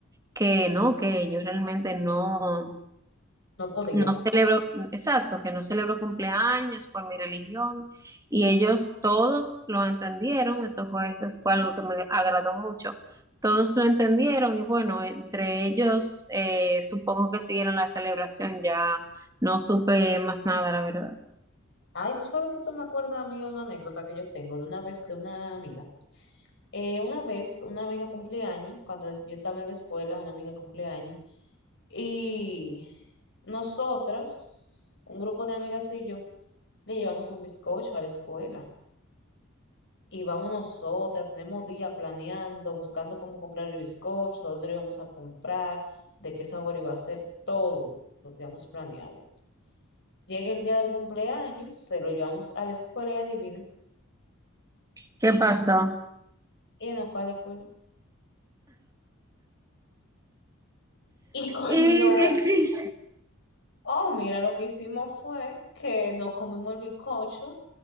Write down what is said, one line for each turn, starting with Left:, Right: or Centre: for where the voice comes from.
Right: que no, que yo realmente no.
Left: No podías.
Right: No celebro, exacto, que no celebro cumpleaños por mi religión y ellos todos lo entendieron, eso fue, eso fue algo que me agradó mucho, todos lo entendieron y bueno, entre ellos eh, supongo que siguieron la celebración, ya no supe más nada, la verdad.
Left: Ay, tú sabes que esto me acuerda a mí a una anécdota que yo tengo de una vez de una amiga. Eh, una vez, una amiga cumpleaños, cuando es- yo estaba en la escuela, una amiga cumpleaños, y nosotras, un grupo de amigas y yo, le llevamos un bizcocho a la escuela. Y vamos nosotras, tenemos días planeando, buscando cómo comprar el bizcocho, dónde lo íbamos a comprar, de qué sabor iba a ser, todo lo teníamos planeado. Llega el día del cumpleaños, se lo llevamos a la escuela y adivina,
Right: ¿Qué pasó?
Left: ella no fue a la escuela. Y <laughs>
Right: Y,
Left: cuando,
Right: y qué?
Left: oh, mira, lo que hicimos fue que nos comimos el bizcocho